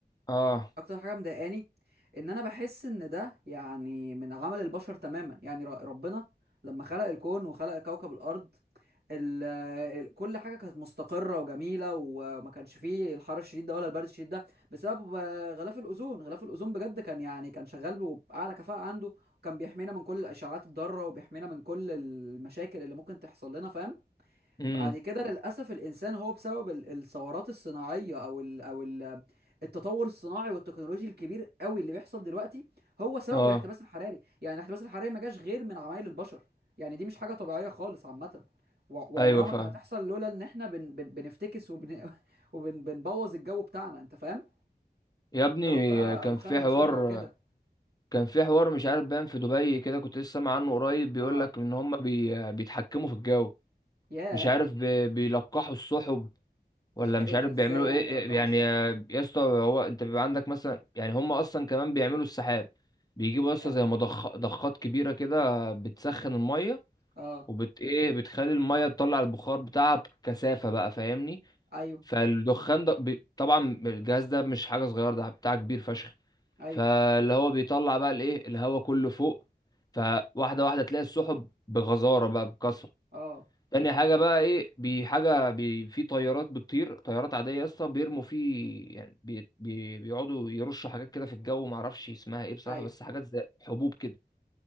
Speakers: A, on the left; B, on the right.
A: اه
B: اكتر حاجه مضايقاني ان انا بحس ان ده يعني من عمل البشر تماما يعني ر- ربنا لما خلق الكون وخلق كوكب الارض ال ال كل حاجه كانت مستقره وجميله و- وما كانش فيه الحر الشديد ده ولا البرد الشديد ده بسبب آه، غلاف الاوزون غلاف الاوزون بجد كان يعني كان شغال باعلى كفاءه عنده وكان بيحمينا من كل الاشعاعات الضاره وبيحمينا من كل المشاكل اللي ممكن تحصل لنا فاهم
A: امم
B: بعد كده للأسف الإنسان هو بسبب ال- الثورات الصناعية أو ال أو ال التطور الصناعي والتكنولوجي الكبير قوي اللي بيحصل دلوقتي هو سبب
A: اه
B: الاحتباس الحراري يعني الاحتباس الحراري ما جاش غير من عمايل البشر يعني دي مش حاجة طبيعية خالص عامة وع- وعمرها
A: ايوه
B: ما
A: فاهم
B: كانت هتحصل لولا إن إحنا بن بن بنفتكس وبن <laughs> وبنبوظ الجو بتاعنا أنت فاهم؟
A: يا ابني
B: سبب بقى
A: كان
B: دخان
A: في
B: المصانع
A: حوار
B: وكده
A: كان في حوار مش عارف باين في دبي كده كنت لسه سامع عنه قريب بيقول
B: اه
A: لك ان هم بي... بيتحكموا في الجو
B: ياه
A: مش عارف بي... بيلقحوا السحب ولا
B: <laughs>
A: مش
B: ايه ده
A: عارف
B: ازاي
A: بيعملوا
B: يعني
A: ايه
B: بيلقحوا
A: إيه- يعني
B: الصحب
A: يا يا اسطى هو انت بيبقى عندك مثلا يعني هم اصلا كمان بيعملوا السحاب بيجيبوا
B: ياه
A: يا اسطى زي مضخ ضخات كبيره كده بتسخن الميه
B: اه
A: وبت ايه بتخلي الميه تطلع البخار بتاعها بكثافه بقى فاهمني
B: ايوه
A: فالدخان ده بي... طبعا الجهاز ده مش حاجه صغيره ده بتاع كبير فشخ
B: ايوه
A: فاللي هو بيطلع بقى الايه الهواء كله فوق فواحده واحده تلاقي السحب بغزاره بقى بكثره
B: اه
A: تاني حاجة بقى ايه بي حاجة بي في طيارات بتطير طيارات عادية يا اسطى بيرموا فيه يعني بي بي بيقعدوا يرشوا حاجات كده في الجو ما اعرفش اسمها ايه بصراحة
B: ايوه
A: بس حاجات زي حبوب كده